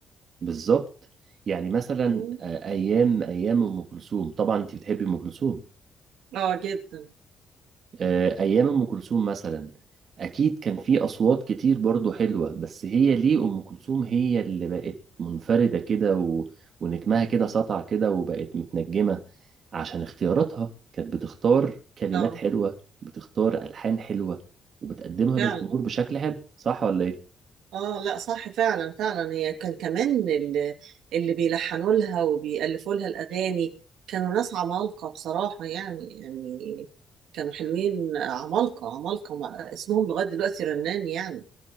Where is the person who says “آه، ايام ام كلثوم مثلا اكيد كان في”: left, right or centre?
Right